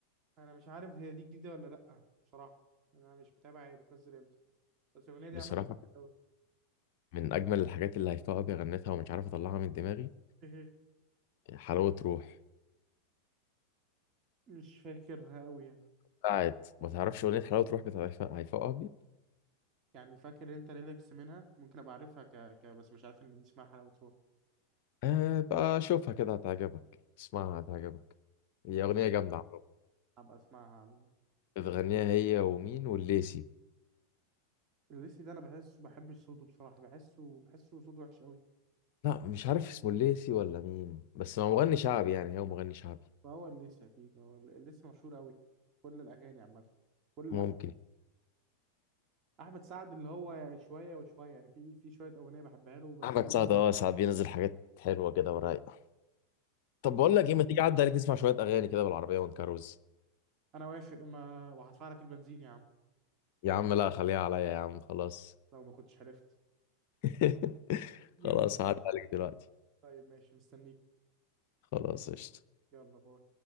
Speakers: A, on the right (about 35°); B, on the left (about 45°).
A: انا مش عارف هي دي جديده ولا لا بصراحه انا مش متابع هي بتنزل امتى بس الاغنيه دي
B: بصراحة
A: عامه أوي.
B: من أجمل الحاجات اللي هيفاء أبي غنتها ومش عارف أطلعها من دماغي
A: إيه. هي؟
B: حلاوة روح
A: <laughs> مش فاكرها قوي يعني
B: بتاعت ما تعرفش أغنية حلاوة روح بتاعت هيفاء هيفاء أبي
A: يعني فاكر انت ريلاكس منها ممكن ابقى عارفها ك... ك... بس مش عارف ان دي اسمها حلاوه روح
B: آه بقى شوفها كده هتعجبك اسمعها هتعجبك هي أغنية
A: <laughs>
B: جامدة عامة.
A: هبقى اسمعها عموما
B: بتغنيها هي ومين والليسي
A: الليسي ده انا بحسه بحبش صوته بصراحه بحسه بحسه صوته وحش قوي
B: لا مش عارف اسمه الليسي ولا مين بس هو مغني شعبي يعني هو مغني شعبي
A: فهو الليسي اكيد هو الليسي مشهور قوي كل الاغاني عامه كل الافلام
B: ممكن
A: احمد سعد اللي هو يعني شويه وشويه يعني في في شويه اغنيه بحبها له بس
B: أحمد سعد أه ساعات بينزل حاجات حلوة كده ورايقة
A: وط-
B: طب بقول لك إيه ما تيجي عدى عليك نسمع شوية أغاني كده بالعربية ونكروز
A: انا وافق ما وهدفع لك البنزين يا عم
B: يا عم لا خليها عليا يا عم خلاص
A: لو ما كنتش عرفت
B: <laughs>
A: امتى
B: خلاص هعدي عليك دلوقتي
A: طيب ماشي مستنيك
B: خلاص قشطة
A: يلا باي